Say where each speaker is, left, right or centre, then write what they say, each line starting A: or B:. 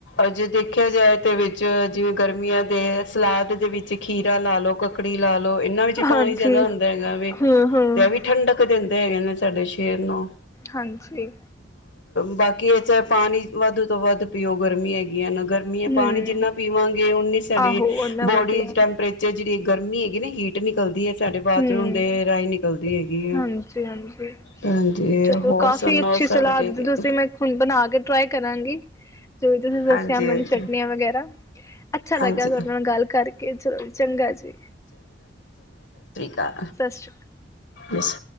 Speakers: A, on the left; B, on the left.
A: ਅਜੇ ਦੇਖਿਆ ਜਾਏ ਤੇ ਵਿਚ ਜਿਵੇਂ ਗਰਮੀਆਂ ਦੇ ਸਲਾਦ ਦੇ ਵਿੱਚ ਖੀਰਾ ਲਾ ਲਓ, ਕੱਕੜੀ ਲਾ ਲੋ। ਮਤਲਬ ਇਹਨਾਂ ਵਿੱਚ
B: ਹਾਂਜੀ
A: ਪਾਣੀ ਜ਼ਿਆਦਾ ਹੁੰਦਾ ਹੈਗਾ ਵੇ,
B: ਹਮ ਹਮ
A: ਤੇ ਇਹ ਵੀ ਠੰਡਕ ਦਿੰਦੇ ਹੈਗੇ ਨੇ। ਤੁਹਾਡੇ ਛੇ ਨੌਂ
B: ਹਾਂਜੀ।
A: ਬਾਕੀ ਇਹ ਚਾਹੇ ਪਾਣੀ ਵੱਧ ਤੋਂ ਵੱਧ ਪੀਓ, ਗਰਮੀ ਹੈਗੀਆਂ ਨਾ। ਗਰਮੀ ਹੈ,
B: ਹਮ
A: ਪਾਣੀ ਜਿੰਨਾ ਪੀਵੋਗੇ ਓਨੀ ਸਾਡੀ
B: ਆਹੋ ਓਨਾ
A: ਬੋਡੀ
B: ਵਧੀਆ
A: ਟੈਂਪਰੇਚਰ ਜਿਹੜੀ ਏ ਗਰਮੀ ਹੈਗੀ ਨਾ, ਹੀਟ ਨਿਕਲਦੀ ਹੈ। ਤੁਹਾਡੇ ਬਾਥਰੂਮ
B: ਹਮ
A: ਦੇ ਰਾਹੀਂ ਨਿਕਲਦੀ ਹੈਗੀ
B: ਹਾਂਜੀ
A: ਆ,
B: ਹਾਂਜੀ
A: ਹਾਂਜੀ
B: ਚਲੋ
A: ਹੋਰ
B: ਕਾਫ਼ੀ
A: ਸੁਣਾਓ
B: ਅੱਛੀ
A: ਸਭ
B: ਸਲਾਹ
A: ਠੀਕ
B: ਦਿੱਤੀ
A: ਏ?
B: ਤੁਸੀਂ ਮੈਂ ਹੁਣ ਬਣਾ ਕੇ ਟ੍ਰਾਈ ਕਰਾਂਗੀ, ਜੋ ਤੁਸੀਂ ਦੱਸਿਆ
A: ਹਾਂਜੀ
B: ਮੈਨੂੰ
A: ਹਾਂਜੀ
B: ਚਟਨੀਆਂ ਵਗੈਰਾ। ਅੱਛਾ ਲੱਗਿਆ
A: ਹਾਂਜੀ
B: ਤੁਹਾਡੇ ਨਾਲ ਗੱਲ ਕਰਕੇ ਚਲੋ ਜੀ ਚੰਗਾ ਜੀ।
A: ਤਾਂ
B: ਸਤਿ ਸ਼੍ਰੀ
A: ਇਸ